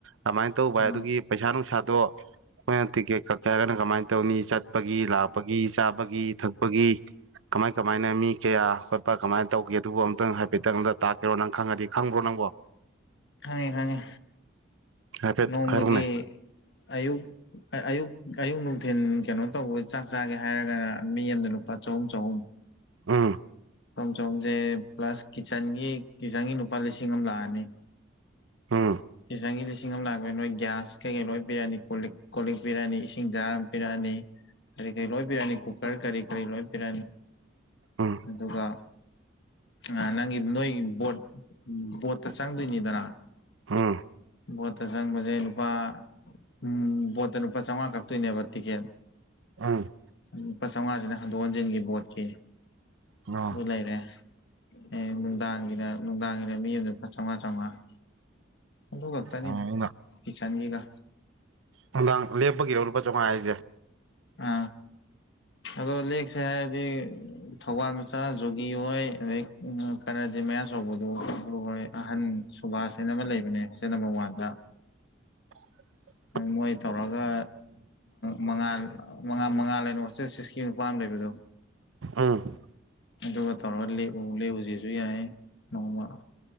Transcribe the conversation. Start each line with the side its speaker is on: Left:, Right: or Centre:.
Right: ꯑꯗꯨꯃꯥꯏꯅ ꯇꯧꯕ ꯚꯏ
Left: ꯎꯝ
Right: ꯑꯗꯨꯒꯤ ꯄꯩꯁꯥ ꯅꯨꯡꯁꯥꯗꯣ ꯑꯩꯈꯣꯏꯅ ꯇꯤꯛꯀꯦꯠ ꯀꯛꯀꯦ ꯍꯥꯏꯔꯒꯅ ꯀꯃꯥꯏꯅ ꯇꯧꯅꯤ ꯆꯠꯄꯒꯤ ꯂꯥꯛꯄꯒꯤ ꯆꯥꯕꯒꯤ ꯊꯛꯄꯒꯤ ꯀꯃꯥꯏ ꯀꯃꯥꯏꯅ ꯃꯤ ꯀꯌꯥ ꯈꯣꯠꯄ ꯀꯃꯥꯏꯅ ꯇꯧꯒꯦ ꯑꯗꯨꯕꯨ ꯑꯃꯇꯪ ꯍꯥꯏ ꯐꯇꯪꯗ ꯇꯥꯛꯀꯦꯔꯣ ꯅꯪ ꯈꯪꯉꯗꯤ ꯈꯪꯕ꯭ꯔꯣ ꯅꯪꯕꯣ
Left: ꯈꯪꯉꯦ ꯈꯪꯉꯦ
Right: ꯍꯥꯏꯐꯦꯠ
Left: ꯅꯣꯡꯃꯒꯤ
Right: ꯍꯥꯏꯔꯛꯎꯅꯦ
Left: ꯑꯌꯨꯛ ꯑꯌꯨꯛ ꯑꯌꯨꯛ ꯅꯨꯡꯊꯤꯟ ꯀꯩꯅꯣ ꯇꯧꯕ ꯆꯥꯛ ꯆꯥꯒꯦ ꯍꯥꯏꯔꯒꯅ ꯃꯤ ꯑꯃꯗ ꯂꯨꯄꯥ ꯆꯍꯨꯝ ꯆꯍꯨꯝ
Right: ꯑꯥ
Left: ꯁꯣꯝ ꯁꯣꯝꯁꯦ ꯄ꯭ꯂꯁ ꯀꯤꯆꯟꯒꯤ ꯀꯤꯆꯟꯒꯤ ꯂꯨꯄꯥ ꯂꯤꯁꯤꯡ ꯑꯃ ꯂꯥꯛꯑꯅꯤ
Right: ꯑꯝ
Left: ꯀꯆꯪꯒꯤ ꯂꯤꯁꯤꯡ ꯑꯃ ꯂꯥꯛꯄꯅꯤ ꯅꯣꯏ ꯒ꯭ꯌꯥꯁ ꯀꯩꯀꯩ ꯂꯣꯏ ꯄꯤꯔꯑꯅꯤ ꯀꯣꯛ ꯀꯣꯜ ꯂꯤꯛ ꯄꯤꯔꯑꯅꯤ ꯏꯁꯤꯡ ꯆꯖꯥꯔ ꯑꯃ ꯄꯤꯔꯛꯑꯅꯤ ꯀꯔꯤ ꯀꯔꯤ ꯂꯣꯏ ꯄꯤꯔꯅꯤ ꯀꯨꯀꯔ ꯀꯔꯤ ꯀꯔꯤ ꯂꯣꯏ ꯄꯤꯔꯛꯅꯤ
Right: ꯎꯝ
Left: ꯑꯗꯨꯒ ꯑ ꯅꯪꯒꯤ ꯅꯣꯏꯒꯤ ꯕꯣꯠ ꯕꯣꯠꯇ ꯆꯪꯗꯣꯏꯅꯤꯗꯅ
Right: ꯑꯥ
Left: ꯕꯣꯠꯇ ꯆꯪꯕꯁꯦ ꯂꯨꯄꯥ ꯎ ꯕꯣꯠꯇ ꯂꯨꯄꯥ ꯆꯥꯝꯃꯉꯥ ꯀꯛꯇꯣꯏꯅꯦꯕ ꯇꯤꯀꯦꯠ
Right: ꯎꯝ
Left: ꯂꯨꯄꯥ ꯆꯥꯝꯃꯉꯥꯁꯤꯅ ꯍꯟꯗꯣꯛ ꯍꯟꯖꯤꯟꯒꯤ ꯕꯣꯠꯀꯤ
Right: ꯎꯝ
Left: ꯑꯗꯨ ꯂꯩꯔꯦ ꯑꯦ ꯅꯨꯡꯗꯥꯡꯒꯤꯗ ꯅꯨꯡꯗꯥꯡꯒꯤꯗ ꯃꯤ ꯑꯃ ꯆꯥꯝꯃꯉꯥ ꯆꯥꯝꯃꯉꯥ ꯑꯣꯥꯛꯛꯇꯅꯤ
Right: ꯑꯣ
Left: ꯍꯆꯥꯟꯒꯤ ꯀ
Right: ꯅꯨꯡꯗꯥꯡ ꯂꯦꯞꯄꯒꯤꯔꯣ ꯂꯨꯄꯥ ꯆꯥꯝꯃꯉꯥ ꯍꯥꯏꯁꯦ
Left: ꯑ ꯑꯗꯨꯗ ꯂ ꯁꯗꯤ ꯊꯧꯕꯥꯜ ꯃꯆꯥ ꯖꯨꯒꯤ ꯍꯣꯏ ꯑꯗꯩ ꯀꯔꯖꯤ ꯃꯌꯥꯆꯧꯕꯗꯣ ꯍꯣꯏ ꯑꯍꯟ ꯁꯨꯕꯥꯁꯟ ꯑꯃ ꯂꯩꯕꯅꯦ ꯍꯣꯁꯇꯦꯜ ꯅꯝꯕꯔ ꯋꯥꯟꯗ
Right: <inaudible>
Left: ꯃꯣꯏ ꯇꯧꯔꯒ ꯃꯉꯥ ꯃꯉꯥ ꯃꯉꯥ ꯂꯩꯅ ꯁꯤꯛꯁꯇꯤ ꯅꯨꯄꯥ ꯑꯃ ꯂꯩꯕ ꯑꯗꯨꯣ
Right: ꯑꯝ
Left: ꯑꯗꯨꯒ ꯇꯧꯔꯒ ꯂꯦꯛꯎ ꯂꯦꯛꯎꯁꯤꯁꯨ ꯌꯥꯏ ꯅꯣꯡꯃ